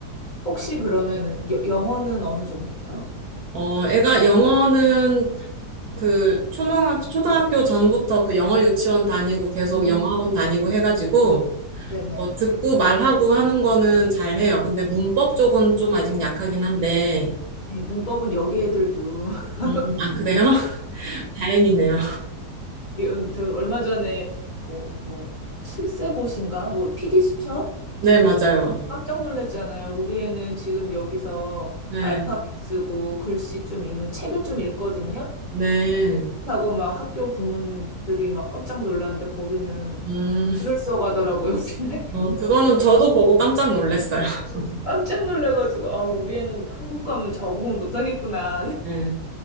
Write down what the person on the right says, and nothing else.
어, 애가 영어는 그 초등학, 초등학교 전부터 그 영어 유치원 다니고 계속
영어 학원 다니고 해가지고
어, 듣고 말하고 하는 거는 잘해요. 근데 문법 쪽은 좀 아직 약하긴 한데.
음, 아, 그래요? <laughs> 다행이네요.
네, 맞아요.
네,
네.
음,
어, 그거는 저도 보고 깜짝 놀랐어요. <laughs>
네.